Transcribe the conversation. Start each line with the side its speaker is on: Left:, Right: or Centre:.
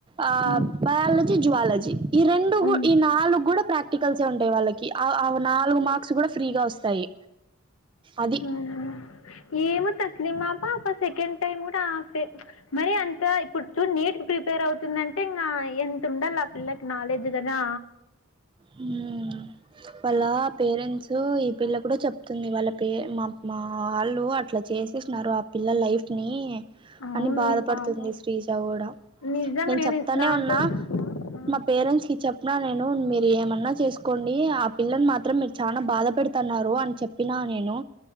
Right: ఆ
Left: ఉమ్
Right: బయాలజీ జ్వాలజీ ఈ రెండు
Left: ఉమ్
Right: ఈ నాలుగు కూడా ప్రాక్టికల్సే ఉంటాయి వాళ్ళకి ఆ ఆ నాలుగు మార్క్స్ కూడా ఫ్రీగా వస్తాయి అది
Left: హ్మ్ ఏమో దిమాప ఆప సెకండ్ టైమ్ కూడా ఫే మరి అంత ఇప్పుడు చూడ్ నీట్ కి ప్రిపేర్ అవుతుం టేంగా ఎంత ఉండాల పిల్లకి నాలెడ్జ్ కదా
Right: హ్మ్ వాళ్ళ పేరెంట్స్ ఈ పిల్ల కూడా చెప్తుంది వాళ్ళ పే మా మా వాళ్ళు అట్లా చే చేసినారు ఆ పిల్ల లైఫ్ ని
Left: అవును
Right: అని బాధపడుతుంది
Left: ఏ పాపం
Right: శ్రీజ కూడా
Left: నిజంగా
Right: నేను చెప్తానే
Left: నాతో
Right: ఉన్నా
Left: కూడా ఆ.
Right: మా పేరెంట్స్ కి చెప్నా నేను మీ ఏమన్నా చేసుకోండి ఆ పిల్లని మాత్రం మీరు చానా బాధ పెడతాన్నారు అని చెప్పినా నేను